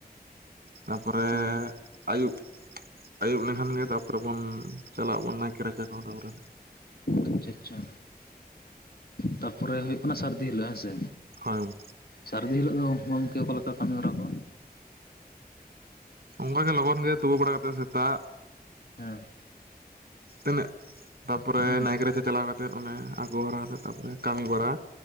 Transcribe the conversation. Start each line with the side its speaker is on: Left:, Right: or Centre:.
Right: ᱛᱟᱯᱚᱨᱮ
Left: ᱛᱚ
Right: ᱟᱭᱩᱵ ᱟᱹᱭᱩᱵ ᱞᱮᱠᱷᱟᱱ ᱜᱮ ᱛᱟᱯᱚᱨᱮ ᱵᱚᱱ ᱪᱟᱞᱟᱜ ᱵᱚᱱ ᱱᱟᱭᱠᱮ ᱨᱟᱪᱟ ᱠᱚ ᱛᱟᱯᱚᱨᱮ
Left: ᱟᱪᱪᱷᱟ ᱟᱪᱪᱷᱟ ᱛᱟᱯᱚᱨᱮ ᱦᱩᱭᱩᱜ ᱠᱟᱱᱟ ᱥᱟᱹᱨᱫᱤ ᱦᱤᱞᱳᱜ ᱦᱮᱸᱥᱮ?
Right: ᱦᱳᱭ ᱜᱚᱢ
Left: ᱥᱟᱨᱫᱤ ᱦᱤᱞᱳᱜ ᱫᱚ ᱜᱚᱝᱠᱮ ᱚᱠᱟ ᱞᱮᱠᱟ ᱠᱟᱢᱤ ᱦᱚᱨᱟ? ᱠᱚ
Right: ᱚᱝᱠᱟ ᱜᱮ ᱞᱚᱜᱚᱱ ᱜᱮ ᱛᱩᱯᱩ ᱵᱟᱲᱟ ᱠᱟᱛᱮ ᱥᱮᱛᱟᱜ
Left: ᱦᱮᱸ᱾
Right: ᱛᱤᱱᱟᱹᱜ ᱛᱟᱯᱚᱨᱮ
Left: ᱦᱮᱸ
Right: ᱱᱟᱭᱠᱮ ᱨᱟᱪᱟ ᱪᱟᱞᱟᱣ ᱠᱟᱛᱮᱫ ᱚᱱᱮ ᱟᱜᱩ ᱦᱚᱨᱟ ᱠᱟᱛᱮ ᱛᱟᱯᱚᱨᱮ ᱠᱟᱢᱤ ᱵᱟᱲᱟ,